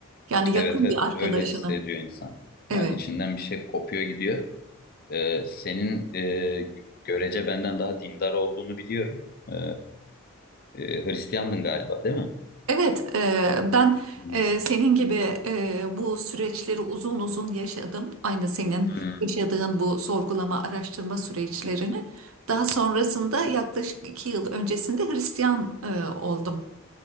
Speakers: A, on the right; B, on the left.
A: Yani
B: evet
A: yakın
B: evet
A: bir arkadaşını.
B: öyle hissediyor insan.
A: Evet,
B: Yani içinden bir şey kopuyor gidiyor. E, senin e, görece benden daha dindar olduğunu biliyorum. E, Ee, Hristiyandın galiba değil mi?
A: evet. e, Ben
B: Hmm.
A: e, senin gibi e, bu süreçleri uzun uzun yaşadım. Aynı senin
B: Hmm.
A: yaşadığın bu sorgulama, araştırma süreçlerini. Daha sonrasında yaklaşık iki yıl öncesinde Hristiyan e, oldum.